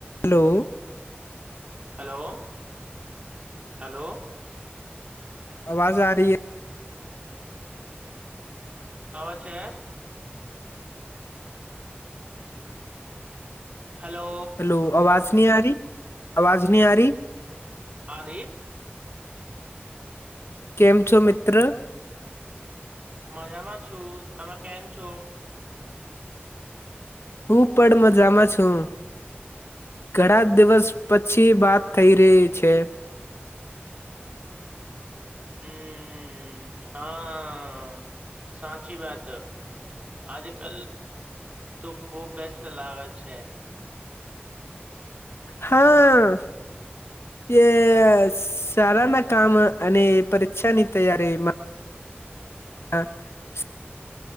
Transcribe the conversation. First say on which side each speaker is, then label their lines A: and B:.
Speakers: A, on the left; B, on the right.
A: Hello.
B: Hello hello.
A: અવાજ આ રહી હૈ.
B: અવાજ છે. હેલો
A: હલો અવાજ. ની આરી અવાજ ની આારી.
B: આ રઈ હે.
A: કેમ છો મિત્ર?
B: મજામાં છું, તમે કેમ છો?
A: હું પણ મજામાં છું ઘણા દિવસ પછી વાત થઈ રહી છે
B: હમ હા સાચી વાત આજ કલ તો ખુબ બેસ્ત લાગે છે
A: હા એ સારાના કામ અને પરીક્ષા ની તૈયારીમાં <inaudible>